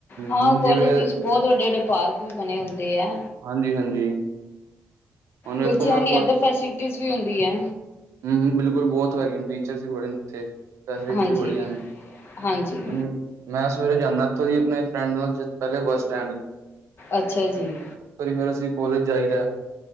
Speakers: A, on the left; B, on the right.
A: ਹਾਂ
B: ਹੂੰ
A: ਕੋਲੇਜ
B: ਜਿਵੇਂ
A: ਵਿੱਚ ਬੌਤ ਵੱਡੇ-ਵੱਡੇ ਪਾਰਕ ਵੀ ਬਣੇ ਹੁੰਦੇ ਐ।
B: ਹਾਂਜੀ, ਹਾਂਜੀ। ਹੁਣ ਵੇਖੋ
A: ਬੱਚਿਆਂ
B: ਮੈਂ
A: ਲਈ ਐਦਰ ਫੈਸਲਿਟੀਜ਼ ਵੀ ਹੁੰਦੀ ਐ।
B: ਹੂੰ-ਹੂੰ, ਬਿਲਕੁਲ ਬੌਤ ਵੈਰੀਅਣ ਫੀਚਰ ਵੀ ਬੜੇ ਨੇ ਉੱਥੇ। ਫੈਸਿਲਿਟੀਸ
A: ਹਾਂਜੀ
B: ਵੀ ਬੜੀਆਂ ਨੇ,
A: ਹਾਂਜੀ
B: ਹੁਣ ਮੈਂ ਸਵੇਰੇ ਜਾਂਣਾ, ਐਥੋਂ ਦੀ ਅਪਣੇ ਫਰੈਂਡ ਨਾਲ ਜੇ ਪੈਲੇ ਬੱਸ ਸਟੈਂਡ।
A: ਅੱਛਾ ਜੀ
B: ਓਥੋਂ ਦੀ ਫ਼ਿਰ ਅਸੀਂ ਕੋਲਜ ਜਾਈਦਾ।